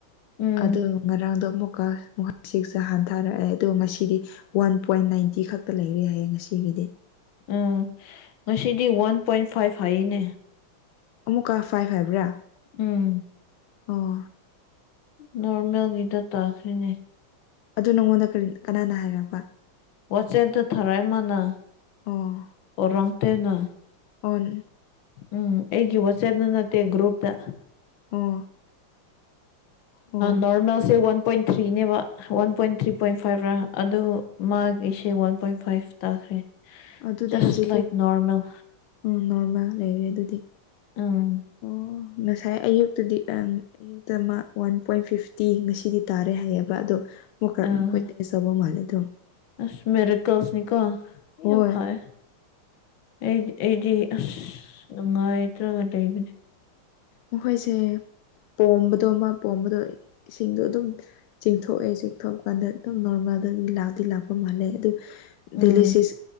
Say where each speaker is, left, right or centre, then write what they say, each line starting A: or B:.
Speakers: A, on the left; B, on the left.
A: ꯎꯝ
B: ꯑꯗꯣ ꯉꯔꯥꯡꯗꯣ ꯑꯃꯨꯛꯀ ꯁꯤꯛꯁꯇ ꯍꯟꯊꯔꯛꯑꯦ ꯑꯗꯨꯒ ꯉꯁꯤ ꯗꯤ ꯋꯥꯟ ꯄꯣꯏꯟ ꯅꯥꯏꯟꯇꯤ ꯈꯛꯇ ꯂꯩꯔꯦ ꯍꯥꯏꯌꯦ ꯉꯁꯤꯒꯤꯗꯤ
A: ꯎꯝ ꯉꯁꯤꯗꯤ ꯋꯥꯟ ꯄꯣꯏꯟ ꯐꯥꯏꯚ ꯍꯥꯏꯅꯦ
B: ꯑꯃꯨꯛꯀ ꯐꯥꯏꯚ ꯍꯥꯏꯕ꯭ꯔꯥ
A: ꯎꯝ
B: ꯑꯣ
A: ꯅꯣꯔꯃꯦꯜꯒꯤꯗ ꯇꯥꯈ꯭ꯔꯦꯅꯦ
B: ꯑꯗꯨ ꯅꯪꯉꯣꯟꯗ ꯀꯔꯤ ꯀꯅꯥꯅ ꯍꯥꯏꯔꯛꯄ
A: ꯋꯥ ꯆꯦꯞꯗ ꯊꯥꯔꯛꯑꯦ ꯃꯥꯅ
B: ꯑꯣ
A: ꯑꯣꯔꯥꯡ ꯇꯦꯅ
B: ꯑꯣ
A: ꯎꯝ ꯑꯩꯒꯤ ꯋꯥꯆꯦꯞꯇ ꯅꯠꯇꯦ ꯒ꯭ꯔꯨꯞꯇ
B: ꯑꯣ ꯑꯣ
A: ꯅꯣꯔꯃꯦꯜꯁꯦ ꯋꯥꯟ ꯄꯣꯏꯟ ꯊ꯭ꯔꯤꯅꯦꯕ ꯋꯥꯟ ꯄꯣꯏꯟ ꯊ꯭ꯔꯤ ꯄꯣꯏꯟ ꯐꯥꯏꯚꯔꯥ ꯑꯗꯨ ꯃꯥꯒꯤꯁꯦ ꯋꯥꯟ ꯄꯣꯏꯟ ꯐꯥꯏꯚ ꯇꯥꯈ꯭ꯔꯦ
B: ꯑꯗꯨꯗꯤ
A: ꯖꯁ
B: ꯍꯧꯖꯤꯛꯇꯤ
A: ꯂꯥꯏꯛ ꯅꯣꯔꯃꯦꯜ
B: ꯎꯝ ꯅꯣꯔꯃꯦꯜ ꯂꯩꯔꯦ ꯑꯗꯨꯗꯤ
A: ꯎꯝ
B: ꯑꯣ ꯉꯁꯥꯏ ꯑꯌꯨꯛꯇꯗꯤ ꯑꯝ ꯑꯌꯨꯛꯇ ꯑꯃ ꯋꯥꯟ ꯄꯣꯏꯟ ꯐꯤꯐ ꯇꯤ ꯉꯁꯤꯗꯤ ꯇꯥꯔꯦ ꯍꯥꯏꯌꯦꯕ ꯑꯗꯣ ꯃꯨꯛꯀ
A: ꯑꯥ
B: ꯃꯈꯣꯏ ꯇꯦꯁ ꯇꯧꯕ ꯃꯥꯜꯂꯦ ꯑꯗꯨꯝ
A: ꯑꯁ ꯃꯦꯔꯥꯀꯜꯁꯅꯤꯀꯣ
B: ꯍꯣꯏ
A: ꯌꯥꯝ ꯐꯩꯑꯦ ꯑꯩꯗꯤ ꯑꯩꯗꯤ ꯑꯁ ꯅꯨꯉꯥꯏꯇ꯭ꯔꯒ ꯂꯩꯕꯅꯦ
B: ꯃꯈꯣꯏꯁꯦ ꯄꯣꯝꯕꯗꯣ ꯑꯃ ꯄꯣꯝꯕꯗꯣ ꯏꯁꯤꯡꯗꯣ ꯑꯗꯨꯝ ꯆꯤꯡꯊꯣꯛꯑꯦ ꯆꯤꯡꯊꯣꯛꯄꯀꯥꯟꯗ ꯑꯗꯨꯝ ꯅꯣꯔꯃꯦꯜꯗ ꯂꯥꯛꯗꯤ ꯂꯥꯛꯄ ꯃꯥꯜꯂꯦ ꯑꯗꯨ ꯗꯦꯂꯤꯁꯤꯁ
A: ꯎꯝ